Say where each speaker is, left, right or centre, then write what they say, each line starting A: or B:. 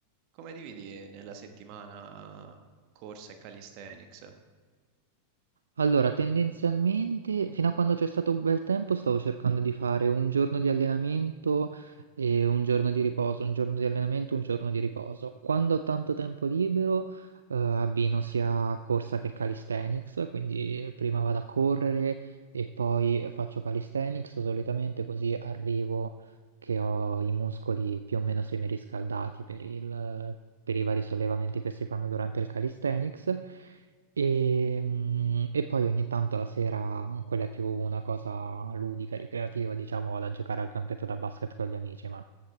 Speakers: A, on the right; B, on the right.
A: Come dividi nella settimana corsa e calisthenics?
B: Allora, tendenzialmente, fino a quando c'è stato un bel tempo, stavo cercando di fare un giorno di allenamento e un giorno di riposo, un giorno di allenamento, un giorno di riposo. Quando ho tanto tempo libero, eh, abbino sia corsa che calisthenics, quindi prima vado a correre e poi faccio calisthenics, solitamente così arrivo che ho i muscoli più o meno semiriscaldati per il- per i vari sollevamenti che si fanno durante il calisthenics. E, mm, e poi ogni tanto la sera, mhmm, quella è più una cosa ludica, ricreativa, diciamo, vado a giocare al campionato da basket con gli amici, ma